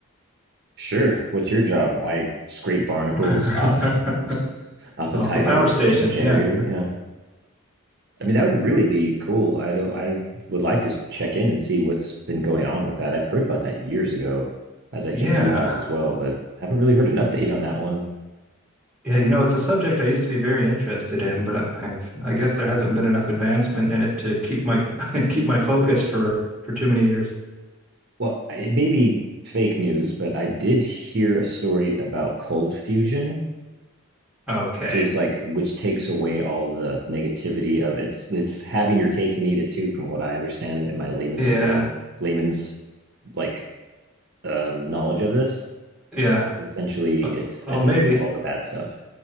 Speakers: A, on the right (about 50°); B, in the centre.
A: Sure. What's your job? I scrape barnacles
B: <laughs>
A: off <laughs> off a
B: Off
A: tidal
B: the power station.
A: and generator.
B: Yeah.
A: Yeah. I mean, that would really be cool. I don't I would like to check in and see what's been going on with that. I've heard about that years ago, as I
B: Yeah.
A: think you have as well, but haven't really heard an update on that one.
B: Yeah, you know, it's a subject I used to be very interested in, but I- I've, I guess there hasn't been enough advancement in it to keep my <laughs> keep my focus for for too many years.
A: Well, it may be fake news, but I did hear a story about cold fusion,
B: Okay.
A: which is like which takes away all the negativity of it's it's having your cake and eat it too, from what I understand in my layman's
B: Yeah.
A: term, layman's like um knowledge of this.
B: Yeah.
A: Essentially,
B: But,
A: it's
B: oh,
A: it
B: maybe.
A: doesn't have all the bad stuff.